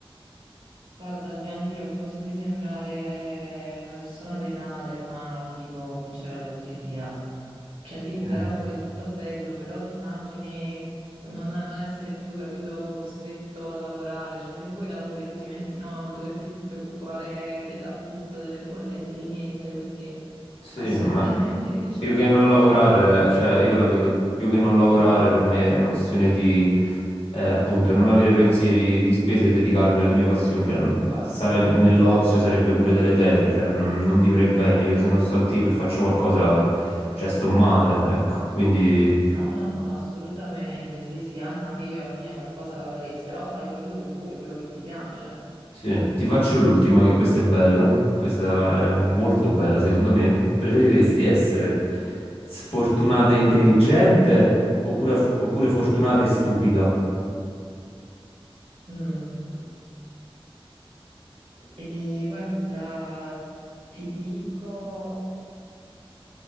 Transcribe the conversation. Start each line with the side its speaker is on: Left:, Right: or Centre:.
Right: Guarda, sì, anche io a costo di sembrare una persona venale, ma ti dico, vincere la lotteria. Cioè sì, il
Left: Eh,
Right: vero amore è tutto bello, però ti immagini non, non essere più, capito, costretto a lavorare. Cioè se vuoi lavori, altrimenti no, non doverti più preoccupare dell'affitto, delle bollette, di niente. Quindi
Left: Sì,
Right: assolutamente
Left: ma
Right: <laughs> vincere
Left: Più
Right: la
Left: che
Right: lotteria.
Left: non lavorare, cioè io la vedo più che non lavorare per me è una questione di eh, appunto non avere pensieri di spese e dedicarmi alle mie passioni, cioè non- stare nell'ozio sarebbe pure deleterio, cioè non, non vivrei bene, io se non sto attivo e faccio qualcosa, cioè sto male, ecco, quindi
Right: No, no, no, ma assolutamente. Sì, sì, anche, anche io alla fine qualcosa la faresti, però fai quello che vuoi, quello che ti piace.
Left: Sì, ti faccio l'ultima, che questa è bella, questa è molto bella secondo me. Preferiresti essere sfortunata e intelligente oppure, oppure fortunata e stupida?
Right: Mm. E guarda, ti dico,